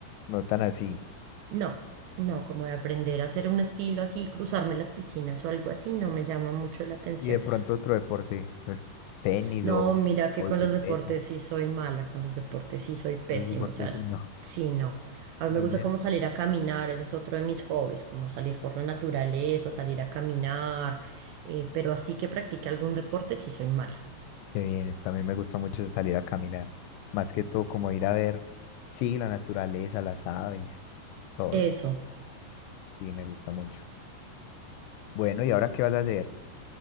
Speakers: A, on the left; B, on the right.
A: no tan así.
B: No, no, como de aprender a hacer un estilo así, cruzarme las piscinas o algo así, no me llama mucho la atención.
A: Y de pronto otro deporte, el tenis
B: No,
A: o,
B: mira que
A: o bicicleta.
B: con los deportes sí soy mala, con los deportes sí soy pésima,
A: Los deportes
B: o sea,
A: sí, no,
B: sí, no. A mí
A: más
B: me gusta
A: bien.
B: como salir a caminar, ese es otro de mis hobbies, como salir por la naturaleza, salir a caminar, eh, pero así que practique algún deporte sí soy mala.
A: Qué bien, es- también me gusta mucho salir a caminar. Más que todo, como ir a ver, sí, la naturaleza, las aves, todo.
B: Eso.
A: Sí, me gusta mucho. Bueno, ¿y ahora qué vas a hacer?